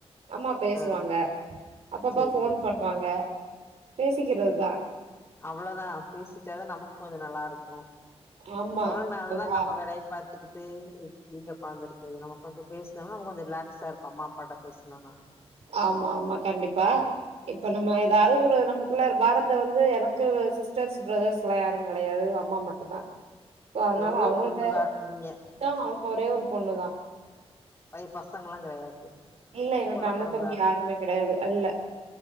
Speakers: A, on the right (about 80°); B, on the left (about 25°).
A: அம்மா பேசுவாங்க
B: ஆ
A: அப்பப்போ
B: சேரி
A: ஃபோன்
B: சேரி
A: பண்ணுவாங்க பேசிக்கிறது தா
B: அவ்ளதா பேசிட்டதா நமக்கு கொஞ்சோ நல்லாருக்கு
A: ஆமா
B: அவ்ளோ நல்லா நம்ம
A: ஆ
B: வேலய பாத்துக்கிட்டு <unintelligible> உக்காந்துருக்கறது நம்ம கொஞ்சோ பேசுனோனா நம்ம கொஞ்சோ ரிலாக்ஸா இருக்கு அம்மா அப்பாட்ட பேசுனோனா
A: ஆமாமா கண்டிப்பா இப்ப நம்ம ஏதாவது ஒரு ரூமுக்குள்ள ஒரு பாரத்த வந்து எனக்கு சிஸ்டர்ஸ் பிரதர்ஸ்ல்லா யாரு கெடையாது அம்மா மட்டு்தா சோ
B: அப்டி
A: அதனால
B: ஒரே
A: அவங்கள்ட
B: ஒரு பொண்ணுதா நீங்க
A: தா அவ்க ஒரே ஒரு பொண்ணு தா
B: பை பசங்கல்லா கெடையாது
A: இல்ல எனக்கு
B: கூட
A: அண்ண
B: பொறந்த
A: தம்பி யாருமே கெடையாது அல்ல